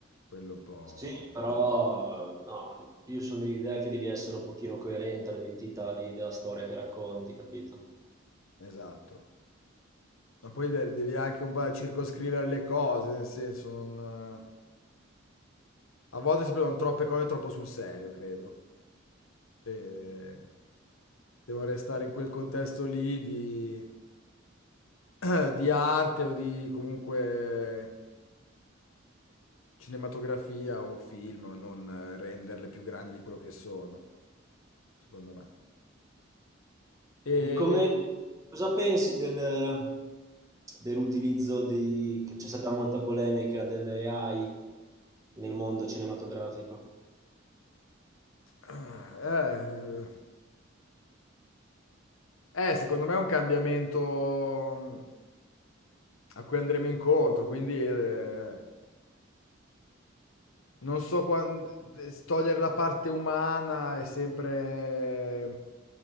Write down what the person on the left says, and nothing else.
quello è un po'
esatto. Ma poi de- devi anche un po' circoscrivere le cose, nel senso non... A volte si prendono troppe cose troppo sul serio, credo. E devono restare in quel contesto lì di, <clears throat> di arte o di comunque cinematografia o film, non eh, renderle più grandi di quello che sono, secondo me. E...
Eh, eh, secondo me è un cambiamento mh, a cui andremo incontro, quindi eh, non so quando togliere la parte umana è sempre